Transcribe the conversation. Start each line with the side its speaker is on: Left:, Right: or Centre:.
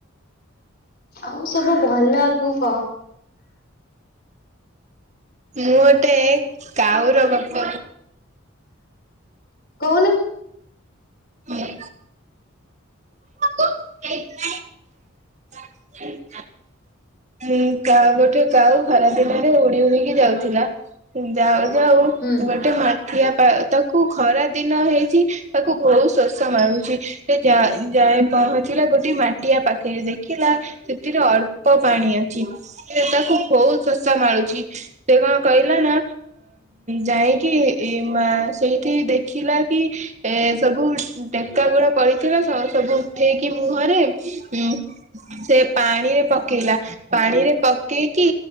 Left: ଆଉ ସବୁ ଭଲ, ତୁ କହ।
Right: ମୁଁ ଓତେ କାଉର ଗପ
Left: କହୁନୁ।
Right: ହୁଁ <inaudible> <inaudible> ହ <inaudible> ମୁଁ କା ଗୋଟେ କାଉ ଖରାଦିନରେ ଉଡି ଉଡିକି ଯାଉଥିଲା। ଯାଉ, ଯାଉ
Left: ହୁଁ।
Right: ଗୋଟେ ମାଠିଆ ପା ତାକୁ ଖରା ଦିନ ହେଇଛି। ତାକୁ ବହୁତ ଶୋଷ ମାରୁୁ ସେ ଯା-ଯାଇ ପହଁଚିଲା ଗୋଟେ ମାଟିଆ ପାଖେ ଦେଖିଲା। ସେଥିରେ ଅଳ୍ପ ପାଣି ଅଛି। ସେ ତାକୁ ବହୁତ ଶୋଷ ମାଳୁଛି। ସେ କଣ କହିଲା ନା? ଯାଇକି, ଏ ମା ସେଇଠି ଦେଖିଲା କି? ଏ ସବୁ ଟେକା ଗୁଡା ପଡିଥିଲା ସବୁ। ସବୁ ଉଠେଇକି ମୁହଁରେ ଉ ସେ ପାଣିରେ ପକେଇଲା। ପାଣିରେ ପକେଇକି